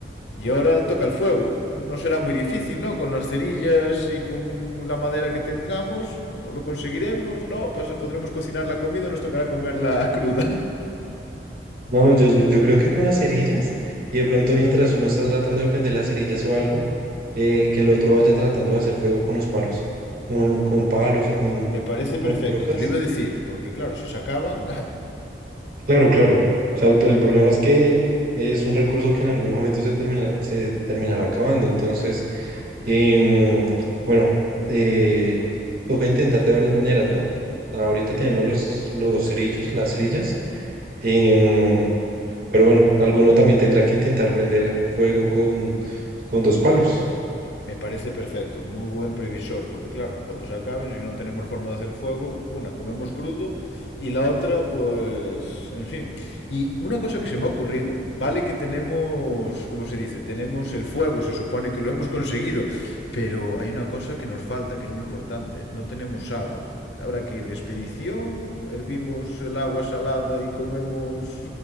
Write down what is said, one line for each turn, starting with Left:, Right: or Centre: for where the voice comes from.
Left: Y ahora toca el fuego. No será muy difícil, ¿no? Con las cerillas y con la madera que tengamos, lo conseguiremos, ¿no? Podremos cocinar la comida, nos tocará comerla <laughs> cruda.
Right: No, yo, yo yo creo que con las cerillas, y de pronto mientras uno está tratando de prender las cerillas o algo, eh, que el otro vaya tratando de hacer fuego con los palos, con, con palos o con,
Left: Me parece
Right: con
Left: perfecto,
Right: rocas.
Left: te lo iba a decir, porque claro, si se acaban,
Right: Claro, claro. O sea, el, el problema es que es un recurso que en algún momento se termina, se terminará acabando. Entonces, em, bueno, eh, toca intentar de varias maneras, ¿no? Ahorita tenemos los, los cerillos, las cerillas. Em, Pero bueno, alguno también tendrá que intentar prender fuego con, con dos palos.
Left: Me parece perfecto, muy buen previsor, porque claro, en cuanto se acaben, si no tenemos forma de hacer fuego, una comemos crudo y la otra, pues, en fin. Y una cosa que se me ha ocurrido, vale que tenemos, ¿cómo se dice? Tenemos el fuego, se supone que lo hemos conseguido, pero hay una cosa que nos falta, que es muy importante, no tenemos agua. Habrá que ir de expedición, hervimos el agua salada y comemos